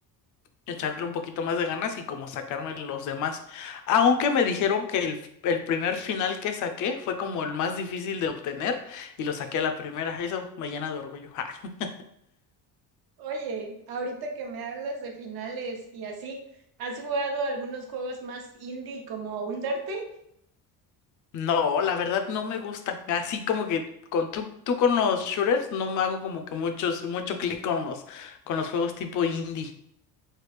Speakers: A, on the left; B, on the right.
A: echarle un poquito más de ganas y como sacarme los demás. Aunque me dijeron que el, el primer final que saqué fue como el más difícil de obtener y lo saqué a la primera. Eso me llena de orgullo. <laughs> Ja.
B: Oye, ahorita que me hablas de finales y así, ¿has jugado algunos juegos más indie como Undertale?
A: No, la verdad no me gustan. Así como que con tú, tú con los shooters no me hago como que muchos, mucho clic con los, con los juegos tipo indie.